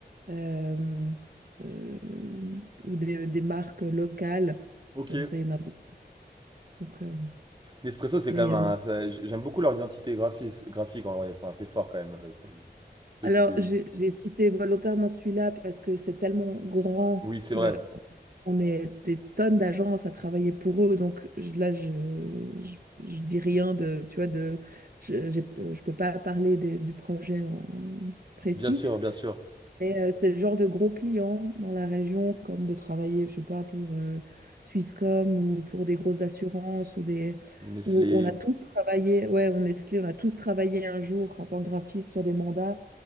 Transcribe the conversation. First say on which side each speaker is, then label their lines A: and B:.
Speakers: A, on the right (about 60°); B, on the right (about 25°).
A: euh, euh, ou des, des marques locales,
B: OK.
A: euh, ça, il y en a beaucoup. Donc, euh,
B: Nespresso, c'est
A: mais,
B: quand même
A: euh,
B: un ça j'ai j'aime beaucoup leur identité graphis graphique en vrai, ils sont assez forts quand même, heu, c'est eux,
A: alors,
B: c'est des
A: j'ai j'ai cité volontairement celui-là parce que c'est tellement grand
B: oui, c'est
A: que
B: vrai.
A: on est des tonnes d'agences à travailler pour eux. Donc, je- là, je, je, je dis rien de, tu vois, de, je j'ai- je peux pas parler des- du projet en, euh, précis.
B: Bien sûr, bien sûr.
A: Mais euh, c'est le genre de gros clients dans la région, comme de travailler, je sais pas, pour euh, Swisscom ou pour des grosses assurances ou des...
B: Nestlé,
A: où on a tous travaillé, ouais, on Nestlé, on a tous travaillé un jour en tant que graphiste sur des mandats